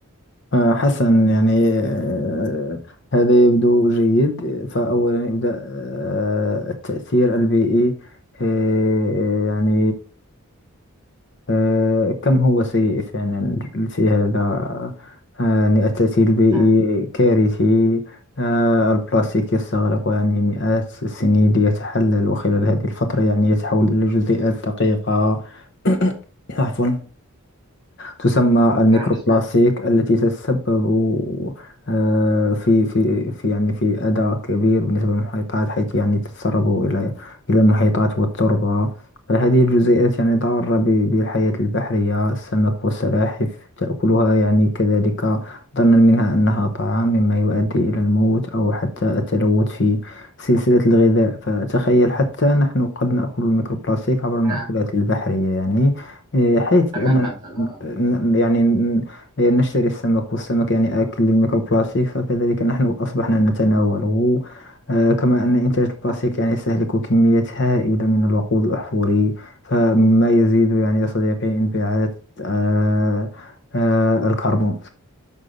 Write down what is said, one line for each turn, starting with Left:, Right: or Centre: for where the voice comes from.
Left: آه، حسنا يعني آه، هذا يبدو جيد فأولا يبدأ آه، التأثير البيئي آه، يعني آه، كم هو سيء فعلا في هذا آه، يعني التأثير البيئي
Right: أمم،
Left: كارثي آه، البلاستيك يستغرق يعني مئات السنين ليتحلل وخلال هذه الفترة يعني يتحول إلى جزيئات دقيقة <coughs> عفوا تسمى الميكروبلاستيك
Right: نعم أسمعك
Left: التي تتسبب آه، في في في يعني في أذى كبير بالنسبة للمحيطات حيث يعني تتسرب إلى إلى المحيطات والتربة فهذه الجزيئات يعني ضارة ب- بالحياة البحرية السمك والسلاحف تأكلها يعني كذلك ظنا منها أنها طعام مما يؤدي إلى الموت أو حتى التلوث في سلسلة الغذاء فتخيل حتى نحن قد نأكل الميكروبلاستيك عبر المأكولات
Right: نعم
Left: البحرية يعني إيه، حيث
Right: تماما
Left: أن
Right: تماما
Left: ن- يعني ن- نشتري السمك والسمك يعني آكل للميكروبلاستيك فكذلك نحن أصبحنا نتناوله آه، كما أن إنتاج البلاستيك
Right: أمم،
Left: يعني يستهلك كميات هائلة من الوقود الأحفوري فما يزيد يعني يا صديقي انبعاث آه، آه، الكربون